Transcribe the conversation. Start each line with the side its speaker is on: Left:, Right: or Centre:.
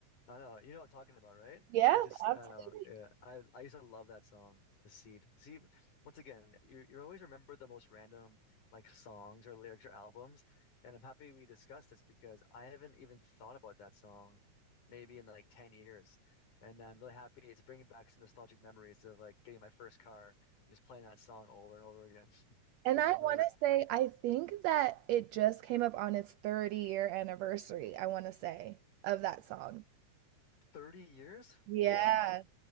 Left: I don't know. You know what I'm talking about, right?
Right: Yeah,
Left: It just, I
Right: absolutely.
Left: don't know. Yeah, I I used to love that song, The Seed. See, once again, you you always remember the most random like songs or lyrics or albums and I'm happy we discussed this because I haven't even thought about that song maybe in like 10 years. And I'm really happy it's bringing back some nostalgic memories of like getting my first car and just playing that song over and over again. <laughs>
Right: And
Left: Good
Right: I
Left: memories.
Right: wanna say, I think that it just came up on its 30-year anniversary, I wanna say, of that song.
Left: 30 years?
Right: Yeah.
Left: Whoa.